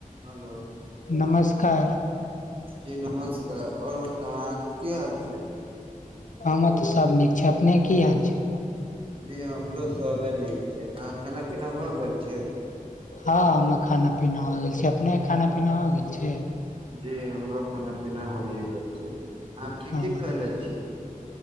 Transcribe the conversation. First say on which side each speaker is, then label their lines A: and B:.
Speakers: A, on the right; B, on the left.
A: hello
B: नमस्कार
A: जी नमस्कार आओर बताउ अहाँके की हाल छै
B: हमर तऽ सब नीक छै अपने की हाल छै
A: जी हमरो सबे नीक छै अहाँ खाना पीना भए गेल छै
B: हँ ह खाना पीना हो गेल छै अपने खाना पीना हो गेल छै
A: जी हमरो खाना पीना होइए गेल छै अहाँ की
B: हँ
A: की खायले छीयै